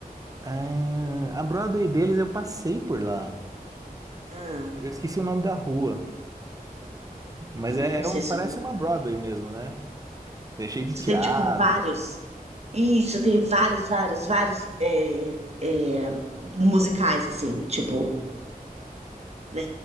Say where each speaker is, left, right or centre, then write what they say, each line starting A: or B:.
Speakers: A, on the right; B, on the right.
A: Ah, a Broadway deles eu passei por lá.
B: Ah,
A: Eu esqueci o nome da rua, mas
B: Ah,
A: é,
B: eu não
A: é
B: sei
A: um,
B: se
A: parece
B: eu vou lembrar.
A: uma Broadway mesmo, né? Tem cheio de
B: Você
A: teatro.
B: tem, tipo, vários. Isso, tem vários, vários, vários é, é, musicais, assim, tipo, né?